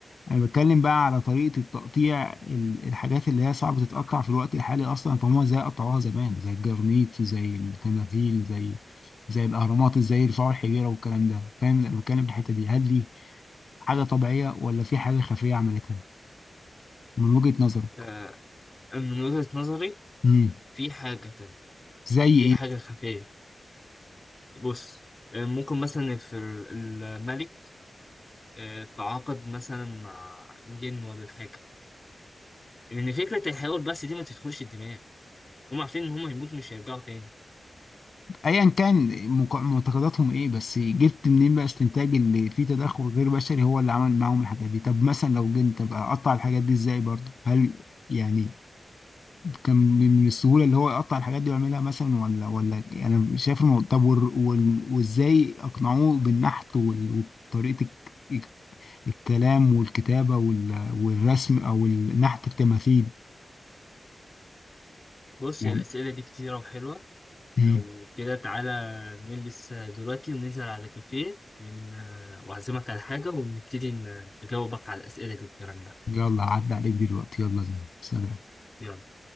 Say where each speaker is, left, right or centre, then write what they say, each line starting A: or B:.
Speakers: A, on the left (about 55°); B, on the left (about 25°).
A: انا بتكلم بقى على طريقه التقطيع ال- الحاجات اللي هي صعب تتقطع في الوقت الحالي اصلا فهم ازاي قطعوها زمان زي الجرانيت وزي التماثيل زي زي الاهرامات ازاي يرفعوا الحجيره والكلام ده فاهم انا بتكلم في الحته دي هل دي حاجه طبيعيه ولا في حاجه خفيه عملتها من وجهه نظرك
B: آه، من وجهة نظري
A: امم
B: في حاجة تانية
A: زي ايه
B: في حاجة خفية بص آه، ممكن مثلا في الملك آه، تعاقد مثلا مع جن ولا حاجة لأن فكرة الحيوان بس دي ما تدخلش الدماغ هم عارفين إن هم هيموتوا مش هيرجعوا تاني
A: ايا كان مق- معتقداتهم ايه بس جبت منين بقى استنتاج اللي فيه تدخل غير بشري هو اللي عمل معاهم الحاجات دي طب مثلا لو جيت طب اقطع الحاجات دي ازاي برضه هل يعني كان من السهوله اللي هو يقطع الحاجات دي ويعملها مثلا ولا ولا يعني انا شايف الموضوع طب وال- وال- وازاي اقنعوه بالنحت وال- وطريقه الك- الكلام والكتابه وال- والرسم او النحت التماثيل
B: بص
A: يعني
B: الأسئلة دي كتيرة وحلوة
A: مم.
B: لو كده تعالى نلبس دلوقتي وننزل على كافيه ون... وأعزمك على حاجة ونبتدي ن- نجاوبك على الأسئلة دي والكلام ده
A: يلا عدى عليك دلوقتي يلا بينا سلام
B: يلا